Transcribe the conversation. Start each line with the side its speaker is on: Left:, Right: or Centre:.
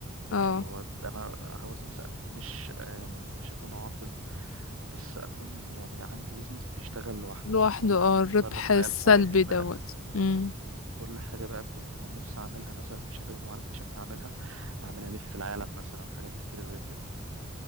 Left: اه
Right: اللي هو انا عاوز مثلا مش آه، يعني مش اكون عاطل بس اكون يعني عندي بيزنس بيشتغل لوحده
Left: لوحده
Right: بحيث ان انا اكون
Left: اه
Right: متفرغ
Left: الربح
Right: بقى
Left: السلبي
Right: لحياتي ان
Left: دوت
Right: انا
Left: مم.
Right: م، كل حاجه بقى كنت كان نفسي اعملها مثلا في شبابي وما عرفتش اعملها اعملها الف العالم مثلا حاجات كتيره زي كده